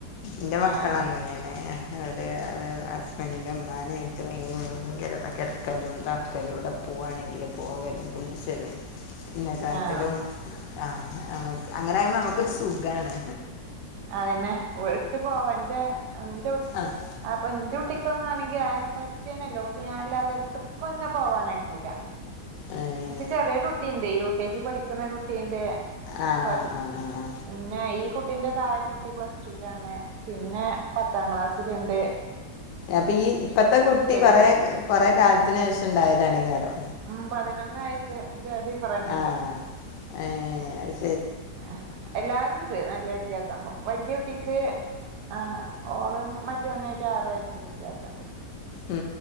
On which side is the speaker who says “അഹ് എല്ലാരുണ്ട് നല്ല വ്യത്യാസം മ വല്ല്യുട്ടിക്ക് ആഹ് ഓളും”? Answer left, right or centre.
Right